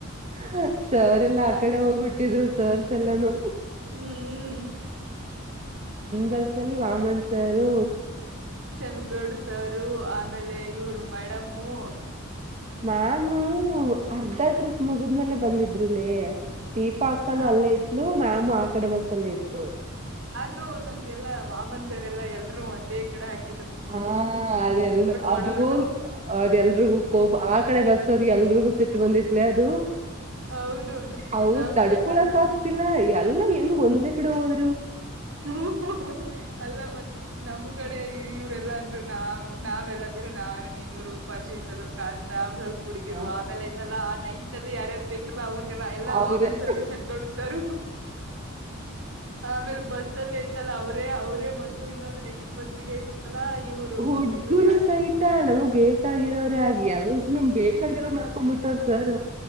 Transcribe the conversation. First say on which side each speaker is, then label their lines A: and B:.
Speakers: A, on the right; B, on the right.
A: ಹ್ಮ ಸರ್ ಎಲ್ಲಾ ಆ
B: ಅದ್
A: ಕಡೆ ಹೋಗ್ಬಿಟ್ಟಿದ್ರು ಸರ್ಸ್ ಎಲ್ಲಾನೂ
B: ಹ್ಮ್ ಹ್ಮ್
A: ಬಸ್ಸಲ್ಲಿ ವಾಮಣಸಾರು
B: ಚನ್ನೌಡ್ ಸಾರು ಆಮೇಲೆ ಇವರು ಮೇಡಮ್ಮು
A: ಮ್ಯಾಮು ಅರ್ಧ ಟ್ರಿಪ್ ಮುಗಿದಮೇಲೆ ಬಂದಿದ್ರು ಲೇ ದೀಪ ಅಕ್ಕನ
B: ಹ
A: ಅಲ್ಲೇ ಇದ್ಲು ಮ್ಯಾಮು ಆ ಕಡೆ ಬಸ್ಸಲ್ಲೇ ಇದ್ಲು
B: ಇದು ನಮ್ಗೆಲ್ಲಾ ವಾಮನ್ ಸರ್ ಎಲ್ಲಾ ಎಲ್ರು ಒಂದೇ ಕಡೆ ಹಾಕ
A: ಹ ಅದೆಲ್
B: ಮಾಡೋರ್ನು
A: ಅದು ಅದೆ ಎಲ್ರಿಗೂ ಕೋಪ ಆ ಕಡೆ ಬಸ್ ಸರ್ ಎಲ್ರಿಗೂ ಸಿಟ್ಟು ಬಂದಿತ್ತು ಅದು
B: ಹೌದು
A: ಅವರು
B: ನಮಗೆಲ್ಲಾ
A: ತಡ್ಕೊಳಕ್
B: ಹ
A: ಆಗ್ತಿಲ್ಲ ಎಲ್ಲ ಹೆಂಗ ಒಂದೇ ಕಡೆ ಹೋದ
B: ಹ್ಮ ಅಲ್ಲ ಮತ್ತ್ ನಮ್ ಕಡೆ ಇವ್ರಲ್ಲಾ ಅಂದ್ರು ನಾವ ನಾವೆಲ್ಲ ಬಿಡು ನಾನು ನೀ ರೂಪಾ, ಶಿ ಕಾಣಂತಾ ಅವ್ ಸ್ವಲ್ಪ ಹುಡುಗಿರು
A: ಹ
B: ಆಮೇಲೆ ಆಯ್ತಲ್ಲ ಆ ನೈನ್ತ್ ಅಲ್ಲಿ ಯಾರ್ಯಾರು ಬೇಕಲ್ಲ ಅವ್ರ ಎಲ್ಲ
A: ಅವ್ರೇ
B: ವಾಮನ್ ಸಾರ, ಚನ್ನಗೌಡರು ಸಾರ, ಆಮೇಲೆ ಬಸ್ಸಲ್ಲಿ ಐತಲ್ ಅವ್ರೇ ಅವರೇ ಮತ್ತು ಇನ್ನೊಂದು ನೆಕ್ಸ್ಟ್ ಬಸ್ಸಿಗೆ ಎಲ್ಲ ಇವರು
A: ಹುಡ್ಗುರು
B: ಇವ್ರು ಯಾರು
A: ಸಹಿತ ನಮಗ್ ಬೇಕಾಗಿರೋರೇ ಆಗಿ ಎಲ್ರು ನಮ್ ಬೇಕಾಗಿರೋರ್ ಹಾಕೊಂಡ್ಬಿಟ್ಟವ್ರ ಸರ್